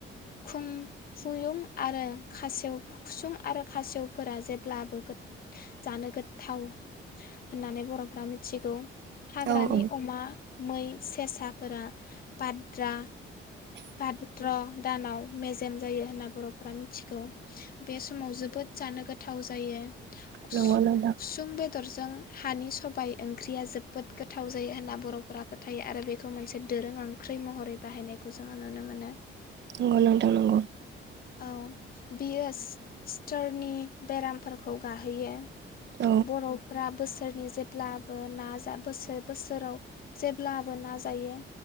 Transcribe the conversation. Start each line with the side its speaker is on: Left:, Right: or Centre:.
Left: खुं खुयूं आरो खासेव खुसुं आरो खासेवफोरा जेब्लाबो गोद जानो गोथाव। होननानै बर' फोरा मिथिगौ हाग्रानि
Right: औ औ
Left: अमा मै सेसाफोरा पाद्रा फाद्र' दानाव मेजेम जायो होनना बर'फोरा मिथिगौ। बे समाव जोबोद जानो गोथाव जायो। खुसुं
Right: नंगौ नोंथां
Left: बेदरजों हानि सबाय ओंख्रिया जोबोद गोथाव जायो होनना बर'फोरा फोथायो आरो बेखौ मोनसे दोरों ओंख्रि महरै बाहायनायखौ जोङो नुनो मोनो।
Right: नंगौ नोंथां नंगौ
Left: औ बेयो क्टरनि बेरामफोरखौ गाहोयो।
Right: औ
Left: बर'फोरा बोसोर सोरनि जेब्लाबो ना बोसोर बोसोराव जेब्लाबो ना जायो।